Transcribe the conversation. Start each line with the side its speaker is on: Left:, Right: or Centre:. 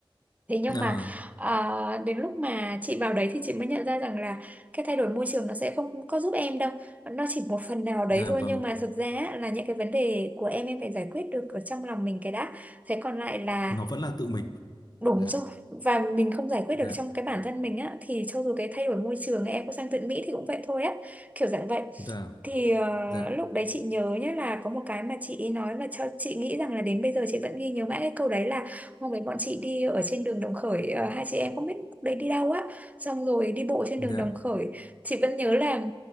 Right: Thế nhưng
Left: Ờ,
Right: mà ờ, đến lúc mà chị vào đấy thì chị mới nhận ra rằng là cái thay đổi môi trường nó sẽ không có giúp em đâu. Nó chỉ một phần nào đấy
Left: dạ
Right: thôi
Left: vâng,
Right: nhưng mà thực ra á, là những cái vấn đề của em em phải giải quyết được ở trong lòng mình cái đã. Thế còn lại là
Left: nó vẫn là tự mình.
Right: Đúng
Left: Dạ,
Right: rồi và mình không giải quyết
Left: dạ,
Right: được trong cái bản thân mình á thì cho dù cái thay đổi môi trường em có sang tận Mỹ thì cũng vậy thôi á kiểu dạng vậy
Left: dạ,
Right: thì ờ,
Left: dạ,
Right: lúc đấy chị nhớ nhé là có một cái mà chị nói mà cho chị nghĩ rằng là đến bây giờ chị vẫn ghi nhớ mãi cái câu đấy là hôm đấy bọn chị đi ở trên đường Đồng Khởi ờ, hai chị em không biết lúc đấy đi đâu á xong rồi đi bộ trên
Left: dạ,
Right: đường Đồng Khởi chị vẫn nhớ là